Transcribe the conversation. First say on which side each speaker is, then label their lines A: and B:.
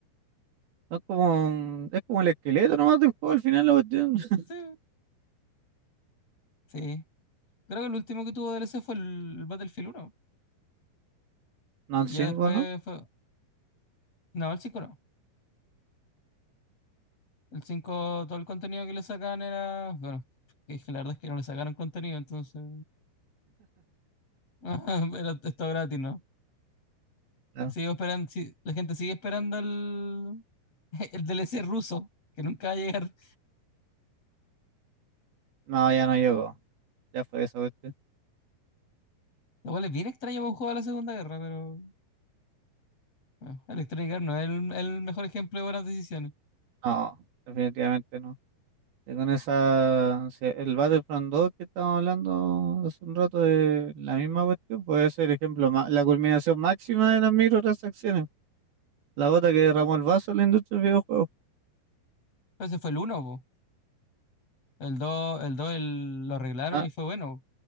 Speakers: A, on the right (about 70°); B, on the left (about 40°).
A: Son como, es como el esqueleto nomás del juego al final la cuestión. <laughs>
B: Sí, sí. Creo que el último que tuvo DLC fue el Battlefield uno
A: No, el
B: Y
A: cinco
B: ya después
A: ¿no?
B: fue. No, el 5 no. El cinco todo el contenido que le sacaban era. Bueno, es que la verdad es que no le sacaron contenido, entonces. <laughs> Era esto gratis, ¿no?
A: Claro.
B: Sigo esperando. sí, La gente sigue esperando el, <laughs> el DLC ruso, que nunca va a llegar.
A: No, ya no llegó. Ya fue esa cuestión.
B: Lo cual es bien extraño para un juego de la Segunda Guerra, pero. bueno, Electronic Arts no es el, el mejor ejemplo de buenas decisiones.
A: No, definitivamente no. Y con esa, si el Battlefront 2 que estábamos hablando hace un rato de la misma cuestión, puede ser el ejemplo, ma- la culminación máxima de las microtransacciones. La gota que derramó el vaso en la industria del videojuego.
B: Pero ese fue el uno El dos el 2 lo arreglaron
A: No,
B: y fue bueno.